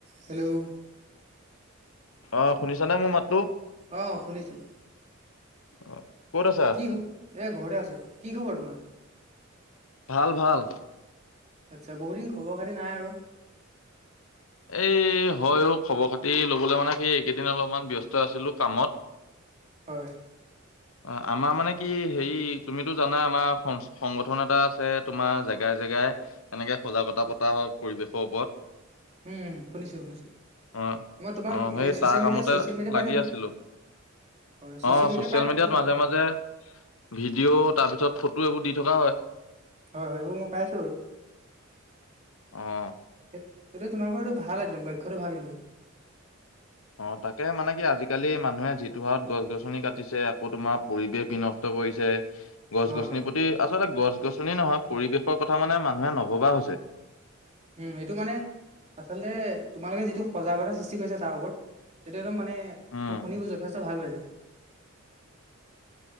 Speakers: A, on the right; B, on the left.
A: Hello
B: অ শুনিছ নে মোৰ মাতো?
A: অ শুনিছোঁ।
B: অ কত আছা?
A: কি খো, এই ঘৰতে আছো। কি খবৰ তোমাৰ?
B: ভাল ভাল।
A: আচ্ছা বহু দিন খবৰ খাতি নাই আৰু।
B: এই হয় খবৰ খাতি লবলৈ মানে কি এইকেইদিন অলপমান ব্যস্ত আছিলো কামত।
A: হয়।
B: অ আমাৰ মানে কি হেৰি তুমিতো জানা আমাৰ সংগঠন এটা আছে তোমাৰ জেগাই জেগাই। এনেকে সজাগতা পতা হয় পৰিৱেশৰ ওপৰত।
A: উম শুনিছো শুনিছো
B: অ
A: মই তোমাক
B: অ সেই
A: এই ছচিয়েল
B: তাৰ
A: মিডিয়া
B: কামতে
A: ছচিয়েল মিডিয়া পাই
B: লাগি
A: থাকো
B: আছিলো।
A: হয়
B: অ
A: মিডিয়া
B: ছ'চিয়েল
A: পাই থাকো
B: মিডিয়াত
A: তোমালোকৰ
B: মাজে মাজ- পাজে ভিডিঅ' তাৰ পিছত ফটো এইবোৰ দি থকা হয়।
A: হয় হয় এইবোৰ মই পাইছো বাৰু।
B: অ
A: এইটো তোমালোকৰো ভাল একদম লক্ষ্যটো ভাল কিন্তু।
B: অ তাকে মানে কি আজিকালি মানুহে যিটো হাৰত গছ -গছনি কাটিছে আকৌ তোমাৰ পৰিৱেশ বিন- ত কৰিছে। গছ-গছনিৰ
A: হয় হয়
B: প্ৰতি আচলতে গছ-গছনি নহয় পৰিৱেশৰ কথা মানে মানুহে নভবা হৈছে।
A: উম এইটো মানে আচলতে তোমালোকে যিটো সজাগতা সৃষ্টি কৰিছা তাৰ ওপৰত তেতিয়া একদম মানে
B: উম
A: মই শুনি যথেষ্ট ভাল পাইছোঁ।